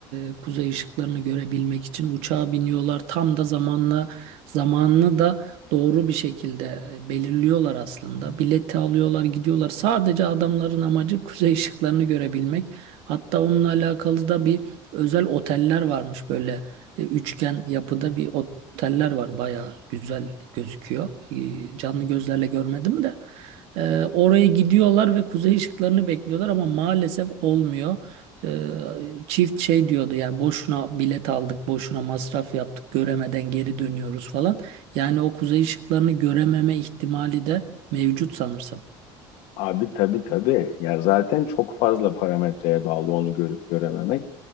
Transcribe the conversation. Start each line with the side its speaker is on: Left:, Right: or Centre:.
Right: e, kuzey ışıklarını görebilmek için uçağa biniyorlar. Tam da zamanla zamanını da doğru bir şekilde e, belirliyorlar aslında. Bileti alıyorlar gidiyorlar. Sadece adamların amacı kuzey ışıklarını görebilmek. Hatta onunla alakalı da bir özel oteller varmış böyle e, üçgen yapıda bir oteller var. Bayağı güzel gözüküyor. E, Canlı gözlerle görmedim de. E, oraya gidiyorlar ve kuzey ışıklarını bekliyorlar ama maalesef olmuyor. E, çift şey diyordu ya boşuna bilet aldık, boşuna masraf yaptık, göremeden geri dönüyoruz falan. Yani o kuzey ışıklarını görememe ihtimali de mevcut sanırsam.
Left: Abi tabii tabii. Ya zaten çok fazla parametreye bağlı onu görüp görememek.